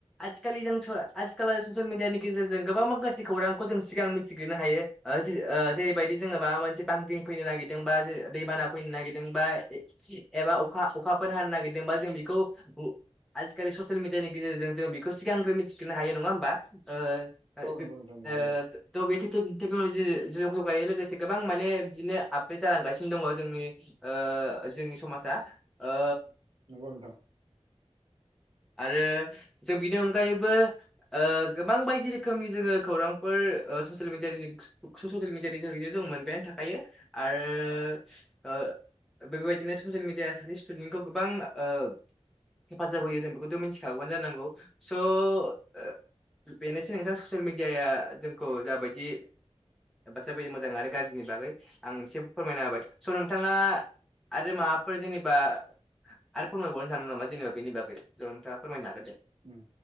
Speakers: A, in the centre; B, on the right (about 55°).
A: आथिखालि जों स' आथिखाल ससेल मिडियानि गेज जेरजों गोबां मा खासे खौरांखौ जों सिगां मिन्थिग्रोनो हायो। ओ जि ओ जेरैबायदि जोङो माबा मोनसे बांग्रिं फैनो नागिरदों बा जे दैबाना फैनो नागिरदों बा एबा अखा अखाफोर हानो नागिरदोंबा जों बिखौ आजिखालि ससेल मिडियानि गेजेरजों जों बिखौ सिगांग्रो मिथिग्रोनो हायो नङा होमबा? ओ <unintelligible>
B: औ नंगौ
A: टेक्न'लजि
B: नोंथां नंगौ नंगौ
A: जो जौगानायनाय लोगोसे गोबां माने बिदिनो आपग्रेड जालांगासिनो दङ जोंनि ओ ओ जोंनि समासा ओ
B: नंगौ नोंथां।
A: आरो जों बिनि अनगायैबो ओ गोबां बायदि रोखोमनि जोङो खौरांफोर ओ स'सियेल मिडयानि स'सियेल मिडयानि गेजेर जों मोनबायानो थाखायो आरो ओ बेबायदिनो ससियेल मिडियाया सासे स्टुडेन्टखौ गोबां ओ हेफाजाब होयो जों बे खौथ' मिथिखागौआनो जानांगौ स' बेनोसै नोंथां ससिल मिडियाया जोंखौ जाबायदि हेफाजाब होयो मोजां आरो गारज्रिनि बागै आं एसे फोरमायना हाबाय। स' नोंथाङा आरो माबाफोर जेनेबा आरो फोरमायबावनो सानदों नामा जेनेबा बेनि बागै? ज नोंथाङा फोरमनो हागोन दे।
B: उम